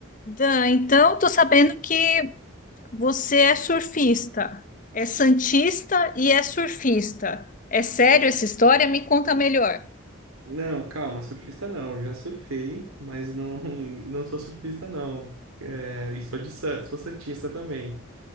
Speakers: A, on the left; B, on the right.
A: Dan, então tô sabendo que você é surfista, é santista e é surfista. É sério essa história? Me conta melhor.
B: Não, calma, surfista não. Já surfei, mas não, <laughs> não sou surfista não. É, e sou de San- sou santista também.